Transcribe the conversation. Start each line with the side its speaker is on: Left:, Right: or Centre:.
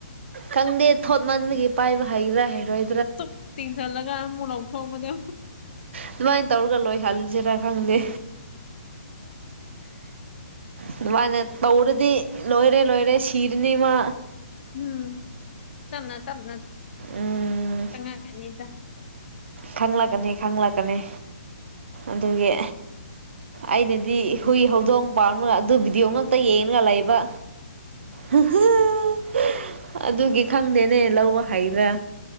Right: ꯈꯪꯗꯦ ꯊꯣꯠ ꯃꯟꯕꯒꯤ ꯄꯥꯏꯕ ꯍꯩꯗ꯭ꯔꯥ ꯍꯩꯔꯣꯏ
Left: ꯆꯞ ꯇꯤꯡꯁꯟꯂꯒꯥ ꯑꯃꯨꯛ ꯂꯧꯊꯣꯛꯄꯗꯨ
Right: ꯑꯗꯨꯃꯥꯏꯅ ꯇꯧꯔꯒ ꯂꯣꯏꯍꯟꯁꯤꯔꯥ ꯈꯪꯗꯦ ꯑꯗꯨꯃꯥꯏꯅ ꯇꯧꯔꯗꯤ ꯂꯣꯏꯔꯦ ꯂꯣꯏꯔꯦ ꯁꯤꯔꯅꯤ ꯃꯥ
Left: ꯎꯝ ꯇꯞꯅ ꯇꯞꯅ
Right: ꯎꯝ
Left: ꯆꯪꯉꯛꯑꯅꯤꯗ
Right: ꯈꯪꯂꯛꯀꯅꯤ ꯈꯪꯂꯛꯀꯅꯤ ꯑꯗꯨꯒꯤ ꯑꯩꯅꯗꯤ ꯍꯨꯏ ꯍꯧꯗꯣꯡ ꯄꯥꯝꯃꯒ ꯑꯗꯨ ꯕꯤꯗꯤꯌꯣ ꯉꯥꯛ ꯇ ꯌꯦꯡꯂꯒꯥ ꯂꯩꯕ <unintelligible> ꯑꯗꯨꯒꯤ ꯈꯪꯗꯦꯅꯦ ꯂꯧꯕ ꯍꯩꯗ꯭ꯔꯥ